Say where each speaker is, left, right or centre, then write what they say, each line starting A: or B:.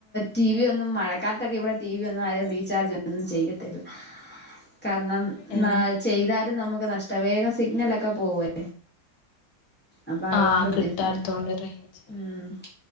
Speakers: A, on the left; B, on the left.
A: ടി വി ഒന്നും മഴക്കാല.. ക്കെ ഇവിടെ ടി വി ഒന്നും ആരും റീചാർജ് ഒന്നും ചെയ്യത്തില്ല കാരണം
B: ഏ
A: ചെയ്താലും നമുക്ക് നഷ്ടം വേഗം സിഗ്നലൊക്കെ പോവേ അപ്പൊ അതുകൊണ്ട്
B: ആഹ്
A: ബുദ്ധിമുട്ട്
B: കിട്ടാത്തോണ്ട് റേഞ്ച്
A: ഉം